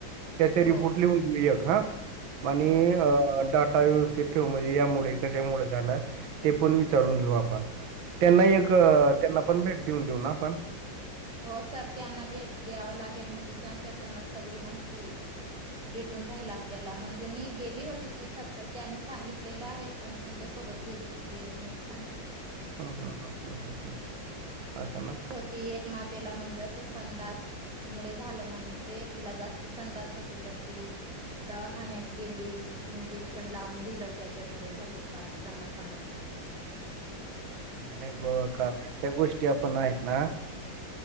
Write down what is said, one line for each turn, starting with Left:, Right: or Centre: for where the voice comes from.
Right: त्याचे
Centre: हो
Right: रिपोर्ट लिहून घेऊ एक हा आणि
Centre: हो
Right: डॉट व्यवस्थ ठेव म्हणजे यामुळे कशामुळे जाणार ते पण विचारून घेऊ आपण त्यांना एक
Centre: हो
Right: त्यांना पण भेट देऊन देऊ ना आपण
Centre: हो सर त्यांना भेट द्यावं लागेल म्हणजे त्यांच्याकडन सगळी माहिती भेटून जाईल आपल्याला म्हणजे मी गेली होती तिथं त्याने सांगितलेलं आहे पण तुमच्यासोबत गेले कि ते नीट सांगते
Right: हम्म हम् हम्म हम्म हम् हम् अ ना
Centre: ती एक मातेला म्हणजे असं संडास मुळे झालं म्हणे ते तिला जास्ती संडास होते तर ती दवाखान्यात गेली इंजेक्शन लावून दिलं त्याच्यामुळे गर्भपात झाला सांगत होते
Right: ह् ह ग का ह गोष्टी आपण आहेत ना